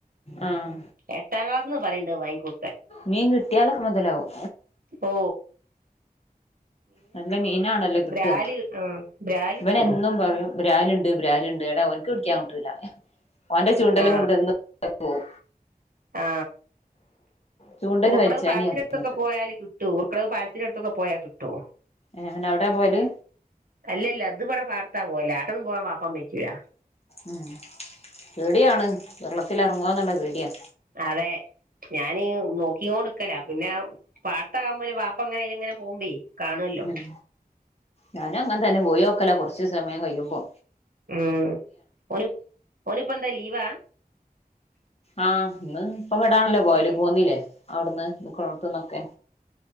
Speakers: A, on the left; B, on the right.
A: ആഹ്
B: എട്ടാം ക്ലാസ്ന്ന് പറയണ്ട് വാങ്ങിക്കൊ
A: മീൻ കിട്ടിയാലൊക്കെ മുതലാവും.
B: ഓ
A: നല്ല മീനാണല്ലോ കിട്ടാ.
B: ബ്രാല് ആ ബ്രാല്
A: ഇവനെന്നും
B: കിട്ടും
A: പറയും ബ്രാലുണ്ട് ബ്രാലുണ്ട് ഏടേ ഓനക്ക് പിടിക്കാൻ കിട്ടൂല ഓന്റെ ചൂണ്ട എല്ലാം
B: ആ
A: കൊണ്ട്ന്ന് പോവും.
B: ആ
A: ചൂണ്ടല്
B: ഊർക്കടവ്
A: വലിച്ചാനി
B: പാലത്തിനടുത്തൊക്കെ
A: പറയും എന്നിട്ട്
B: പോയാല് കിട്ടോ ഊർക്കടവ് പാലത്തിനടുത്ത് ത്തൊക്കെ പോയാ കിട്ടോ
A: ഏ അവനവിടെ പോയ്ല്
B: അല്ലല്ല ഇത് ഇവ്ടെ പാടത്താ പോവല് ആട്ടൊന്നും പോവാൻ വാപ്പാമ്മയ്ക്യൂല.
A: ഉം പേടിയാണ് വെള്ളത്തിലർങ്ങോ ന്ന്ള്ള പേട്യായാ.
B: അതെ ഞാന് നോക്കിയോണ്ട്ക്കാലാ പിന്നെ പാട്ത്താവുമ്പൊര് വാപ്പങ്ങനെ അയ്ലങ്ങനെ പോവുംമ്പേ കാണൊല്ലോ
A: ഉം ഞാനും അങ്ങൻതന്നെ പോയോക്കലാ കൊർച്ച് സമയം കയ്യുമ്പോ
B: ഉം ഓന് ഓനിപ്പെന്താ ലീവാ
A: ആ ഇന്ന് ഇപ്പൊവിടാണലോ പോവ്‌ല് പോന്നില്ലേ അവ്ട്ന്ന് നിക്ക്ണോട്ത്ത്ന്നൊക്കെ.